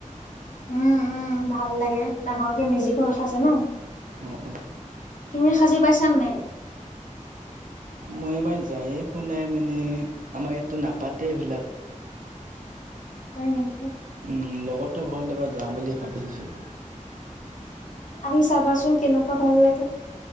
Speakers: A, on the left; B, on the right.
A: উম-উম ভাল লাগে। ডাঙৰকে মেজিকো ৰাখা যে ন।
B: অ-অ।
A: তুমি সাজি পাইছানে নাই?
B: মই এবাৰ যায়ে পোৱা নাই মানে আমাৰ ইয়াতটো নাপাতে এইবিলাক।
A: হয় নেকি।
B: উম' লগৰতো ঘৰত এবাৰ যাওঁ বুলি ভাবিছোঁ।
A: আহি চাবাচোন কেনেকুৱা ভাল লাগে।